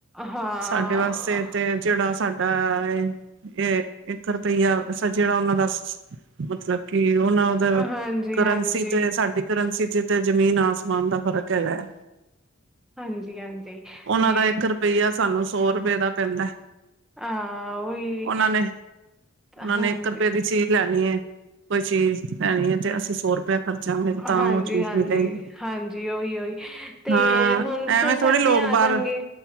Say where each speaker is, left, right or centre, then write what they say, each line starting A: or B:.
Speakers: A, in the centre; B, on the right.
A: ਹਾਂ
B: ਸਾਡੇ ਵਾਸਤੇ ਤੇ ਜਿਹੜਾ ਸਾਡੇ ਇਹ ਇੱਕ ਰੁਪਈਆ ਸੱਜੇ ਦਾ ਉਹਨਾਂ ਦੱਸ ਮਤਲਬ ਕਿ ਉਹਨਾਂ ਉਹਦਾ
A: ਹਾਂਜੀ
B: ਕਰੰਸੀ।
A: ਹਾਂਜੀ
B: ਤੇ ਸਾਡੀ ਕਰੰਸੀ ਚ ਤੇ ਜ਼ਮੀਨ ਆਸਮਾਨ ਦਾ ਫ਼ਰਕ ਹੈਗਾ ਹੈ।
A: ਹਾਂਜੀ ਹਾਂਜੀ
B: ਉਹਨਾਂ
A: ਤੇ
B: ਦਾ ਇੱਕ ਰੁਪਈਆ ਸਾਨੂੰ ਸੌ ਰੁਪਏ ਦਾ ਪੈਂਦਾ।
A: ਅਹ ਉਹੀ
B: ਉਹਨਾਂ ਨੇ ਉਹਨਾਂ
A: ਹਾਂਜੀ
B: ਨੇ ਇੱਕ ਰੁਪਏ ਦੀ ਚੀਜ਼ ਲੈਣੀ ਹੈ। ਕੋਈ ਚੀਜ਼ ਲੈਣੀ ਹੈ ਤੇ ਅਸੀਂ ਸੌ ਰੁਪਇਆ ਖਰਚਾਂਗੇ ਤੇ ਤਾਂ
A: ਹਾਂਜੀ
B: ਉਹ ਚੀਜ਼
A: ਹਾਂਜੀ
B: ਮਿਲੇਗੀ
A: ਹਾਂਜੀ ਓਹੀ ਓਹੀ ਤੇ
B: ਹਾਂ
A: ਹੁਣ
B: ਐਵੇਂ
A: ਫਿਰ
B: ਥੋੜ੍ਹੀ
A: ਸਰਦੀਆਂ
B: ਲੋਕ ਬਾਹਰ
A: ਆ ਜਾਣਗੇ!